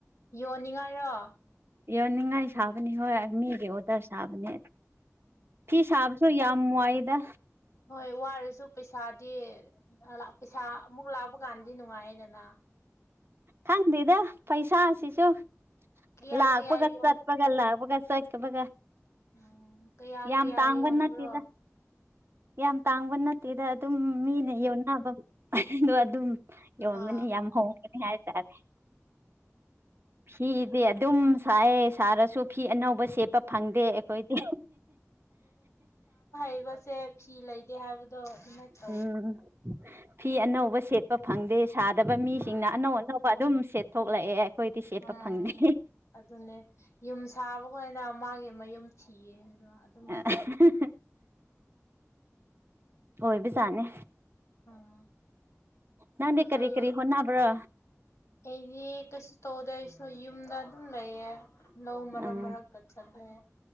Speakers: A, on the left; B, on the right.
A: ꯌꯣꯟꯅꯤꯡꯉꯥꯏꯔꯣ
B: ꯌꯧꯅꯤꯡꯉꯥꯏ ꯁꯥꯕꯅꯤ ꯍꯣꯏ ꯃꯤ ꯑꯣꯗꯔ ꯁꯥꯕꯅꯦ ꯐꯤ ꯁꯥꯕꯁꯨ ꯌꯥꯝ ꯋꯥꯏꯗ
A: ꯍꯣꯏ ꯋꯥꯔꯁꯨ ꯄꯩꯁꯥꯗꯤ ꯄꯩꯁꯥ ꯑꯃꯨꯛ ꯂꯥꯛꯄ ꯀꯥꯟꯗꯤ ꯅꯨꯡꯉꯥꯏꯌꯦꯗꯅ
B: ꯈꯪꯗꯦꯗ ꯄꯩꯁꯥꯁꯤꯁꯨ
A: ꯀꯌꯥ
B: ꯂꯥꯛꯄꯒ
A: ꯀꯌꯥ ꯌꯣꯟ
B: ꯆꯠꯕꯒ ꯂꯥꯛꯄꯒꯁ ꯕ
A: ꯎꯝ ꯀꯌꯥ
B: ꯌꯥꯝ
A: ꯀꯌꯥ
B: ꯑꯃꯇ ꯑꯒ
A: ꯌꯣꯟꯕ꯭ꯔꯣ
B: ꯅꯠꯇ ꯌꯥꯝ ꯇꯥꯡꯕ ꯅꯠꯇꯦꯗ ꯑꯗꯨꯝ ꯃꯤꯅ ꯌꯣꯟꯅꯕ ꯗꯣ ꯑꯗꯨꯝ ꯌꯣꯝꯃꯅꯤ
A: ꯑ
B: ꯌꯥꯝ ꯍꯣꯡꯒꯅꯤ ꯍꯥꯏꯇꯥꯔꯦ ꯍ ꯏꯗꯤ ꯑꯗꯨꯝ ꯁꯥꯏ ꯁꯥꯔꯁꯨ ꯐꯤ ꯑꯅꯧꯕ ꯁꯦꯠꯄ ꯐꯪꯗꯦ ꯑꯩꯈꯣꯏꯗꯤ
A: ꯄꯁꯦ ꯐꯤ ꯂꯩꯗ ꯍꯥꯏ ꯏ
B: ꯎꯝ ꯐꯤ ꯑꯅꯧꯕ ꯁꯦꯠꯄ ꯐꯪꯗꯦ ꯁꯥꯗꯕ ꯃꯤꯁꯤꯡꯅ
A: ꯑꯥ
B: ꯑꯅꯧ ꯑꯅꯧꯕ ꯑꯗꯨꯝ ꯁꯦꯠꯊꯣꯛꯂꯛꯑꯦ ꯑꯩꯈꯣꯏꯗꯤ ꯁꯦꯠꯄ
A: ꯎꯝ
B: ꯐꯪꯗꯦ
A: ꯑꯗꯨꯅꯦ ꯌꯨꯝ ꯁꯥꯕꯈꯩꯅ ꯃꯥꯒꯤ ꯃꯌꯨꯝ ꯊꯤꯌꯦ ꯑꯗꯨꯝ
B: ꯑ <inaudible> ꯑꯣꯏꯕꯖꯥꯠꯅꯦ
A: ꯎꯝ
B: ꯅꯪꯗꯤ
A: ꯐꯩꯌꯦ
B: ꯀꯔꯤ ꯀꯔꯤ ꯍꯣꯠꯅꯕ꯭ꯔꯥ
A: ꯑꯩꯗꯤ ꯀꯩꯁꯨ ꯇꯧꯗꯦ ꯑꯩꯁꯨ ꯌꯨꯝꯗ ꯑꯗꯨꯝ ꯂꯩꯌꯦ ꯂꯧ ꯃꯔꯛ
B: ꯎꯝ
A: ꯃꯔꯛꯇ ꯆꯠꯂꯦ